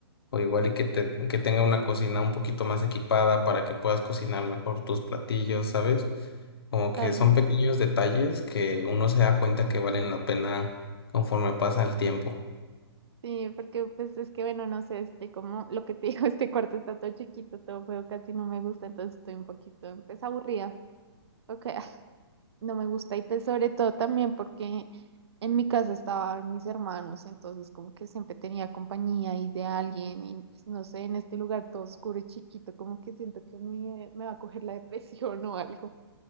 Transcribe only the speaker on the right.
claro.
Sí, porque pues es que bueno, no sé, este como lo que te digo, <laughs> este cuarto está todo chiquito, todo feo, casi no me gusta, entonces estoy un poquito pues aburrida. Ok. No me gusta y pues sobre todo también porque en mi casa estaban mis hermanos, entonces como que siempre tenía compañía y de alguien y pues, no sé, en este lugar todo oscuro y chiquito, como que siento que me, me va a coger la depresión <laughs> o algo,